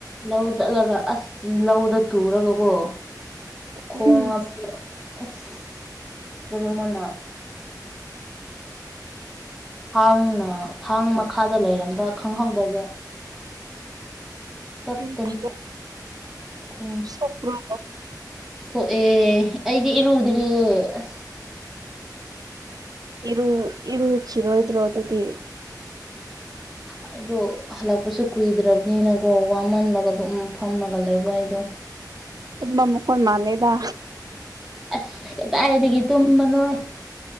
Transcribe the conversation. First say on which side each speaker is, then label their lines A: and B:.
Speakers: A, in the centre; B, on the right (about 60°).
A: ꯂꯧ ꯆꯠꯂꯒ ꯑꯁ ꯂꯧꯗ ꯇꯨꯔꯒꯀꯣ ꯈꯣꯡꯉꯕꯗꯣ
B: ꯎꯝ
A: ꯑꯁ ꯀꯔꯤꯃꯣꯅ ꯊꯥꯡꯅ ꯊꯥꯡ ꯃꯈꯥꯗ ꯂꯩꯔꯝꯕ ꯈꯪꯍꯧꯗꯕ ꯇꯠ
B: ꯎꯝ
A: ꯇꯅ
B: ꯐꯖ
A: ꯈꯣꯡ
B: ꯁꯣꯛꯄ꯭ꯔꯣ
A: ꯁꯣꯛꯑꯦ ꯑꯩꯗꯤ ꯏꯔꯨꯗ꯭ꯔꯤꯌꯦ ꯑꯁ
B: ꯏꯔꯨ ꯏꯔꯨ ꯈꯤꯔꯣꯏꯗ꯭ꯔꯣ ꯑꯗꯨꯗꯤ
A: ꯑꯩꯗꯣ ꯍꯜꯂꯛꯄꯁꯨ ꯀꯨꯏꯗ꯭ꯔꯕꯅꯤꯅꯀꯣ ꯋꯥꯃꯜꯂꯒ ꯑꯗꯨꯝ ꯐꯝꯃꯒ ꯂꯩꯕ ꯑꯩꯗꯣ <unintelligible>
B: ꯇꯨꯝꯕ ꯃꯈꯣꯟ ꯃꯥꯂꯦꯗ
A: ꯑꯁ ꯀꯗꯥꯏꯗꯒꯤ ꯇꯨꯝꯕꯅꯣꯍꯦ